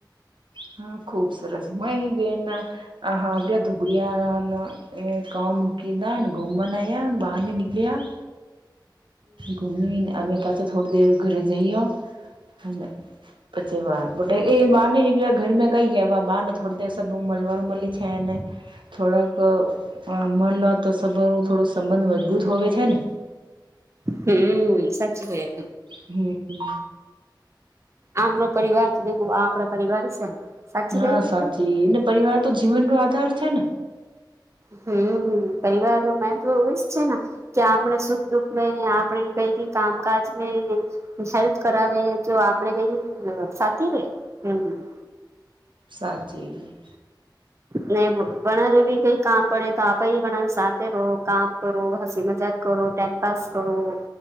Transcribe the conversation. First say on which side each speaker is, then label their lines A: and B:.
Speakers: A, on the right; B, on the right.
A: હા! ખુબ સરસ મય બેન આ હા આપ ધુબડિયા એ કામ કીધ ઘુમનયા બાર એ નીકળ્યા ઘુમને અમે પાછો થોડી દેર ઘરે જઈઓ <unintelligible> પછ વા બટે એ બહાર નનીળ્યા ઘરં કઈ હૈ વા બહાર ના થોડે સમલવા. નોર્મલી છે અને થોડાોક. મળલો તો સભર થોડું સંબંધ મજબૂત હોવે છે ને.
B: હમ! સાચી છે.
A: હમ!
B: આપણો પરિવાર દેખું આપણા પરિવાર છે ને. સાચી
A: હા,
B: કહ્યું
A: સાચી
B: તમે
A: ને પરિવાર તો જીવનનો આધાર છે ને.
B: હમ પરિવારોમાં તો એવું જ છે ને. કે આપણે સુખ દુખ આપણે કઈ કામકાજને હેલ્પ કરાવે તો. આપે કઈ સાચી રે હમ.
A: સાચી.
B: ન વણર ભી કઈ કામ પડે તો આપ વણર સાથે રહો કામ કરો હસી મત. ટાઈમ ટમ પાસ કરું